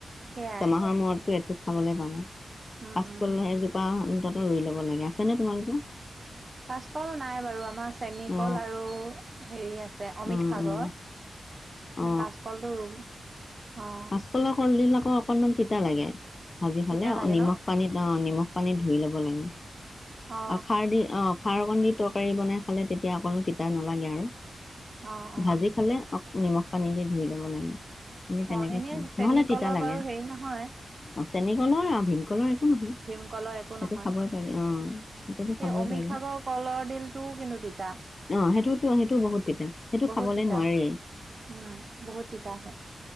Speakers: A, on the right (about 35°); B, on the left (about 35°).
A: সেয়াই
B: ছমাহৰ মূৰতটো এটো খাবলৈ পাবা,
A: উম
B: কাচকল
A: উম
B: এজোপা অন্তত ৰুই ল'ব লাগে, আছেনে তোমালোকৰ?
A: কাচকল নাই বাৰু আমাৰ চেনী
B: অ
A: কল আৰু হেৰি আছে অমিত
B: অ অ
A: সাগৰ।
B: অ
A: ন কাচকলটো ৰুম অ।
B: কলৰ কলডিল আকৌ অকণমান তিতা লাগে। ভাজি খালে
A: তিতা লাগে
B: নিমখ
A: ন
B: পানীত অ নিমখ পানী ধুই ল'ব লাগে।
A: অ',
B: আৰু খাৰ দি অ খাৰ অকণ দি তৰকাৰী বনাই খালে তেতিয়া অকণো তিতা নালাগে আৰু।
A: অ', অ',
B: ভাজি খালে অক নিমখ পানী দি ধুই ল'ব লাগে। আমি তেনেকে
A: অ', এনে
B: খাম,
A: চেনী
B: নহলে তিতা
A: কলৰ
B: লাগে।
A: বাৰু হেৰি নহয়
B: অ চেনী কলৰ আৰু ভীমকলৰ নহয়
A: ভীমকলৰ একো
B: সেইটো
A: নহয়।
B: খাবই পাৰি অ সেইটোতো খাবই
A: এই অমিত
B: পাৰি
A: সাগৰ কলৰ দিল তো কিন্তু তিতা।
B: অ সেইটোতো সেইটো বহুত তিতা, সেইটো
A: বহুত
B: খাবলে
A: তিতা
B: নোৱাৰি।
A: উম বহুত তিতা হয়।